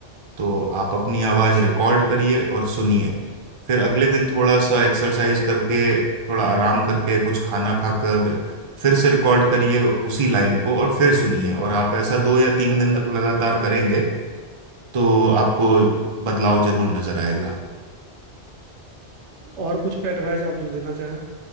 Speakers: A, on the right; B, on the right.
A: तो आप अपनी आवाज रिकॉर्ड करिए और सुनिए फिर अगले दिन थोड़ा सा एक्सरसाइज करके थोड़ा आराम करके कुछ खाना खाकर फिर से रिकॉर्ड करिए उसी लाइन को और फिर सुनिए और आप ऐसा
B: हाँ,
A: दो या तीन
B: होगा
A: दिन तक लगातार करेंगे तो आपको बदलाव जरूर नजर आएगा
B: और कुछ एडवाइस आप जो देना चाहें